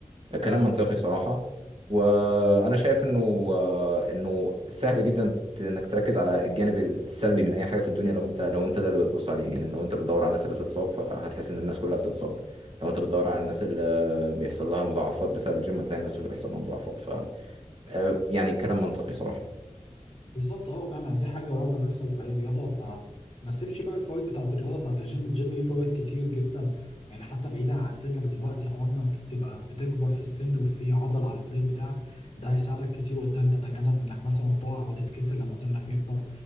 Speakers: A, on the right; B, on the left.
A: كلام منطقي صراحة وأنا شايف إنه آه، إنه سهل جدا إنك تركز على الجانب السلبي من أي حاجة في الدنيا لو أنت لو أنت ده اللي بتبص عليه يعني لو أنت بتدور على الناس اللي بتتصاب فهتحس إن الناس كلها بتتصاب لو أنت بتدور على الناس اللي بيحصل لها مضاعفات بسبب الجيم هتلاقي الناس اللي بيحصل لها مضاعفات ف آه، يعني كلام منطقي صراحة
B: بالظبط اه فاهم يعني دي حاجه وارده تحصل في اي رياضه فما تسيبش بقى الفوائد بتاعه الرياضه بتاعه الجيم الجيم ليه فوائد كتير جدا يعني حتى بعيدا عن سنك دلوقتي حوار انك تبقى بتكبر في السن وفي عضل على الفريم بتاعك ده هيساعدك كتير قدام تتجنب انك مثلا تقع وتتكسر لما سنك يكبر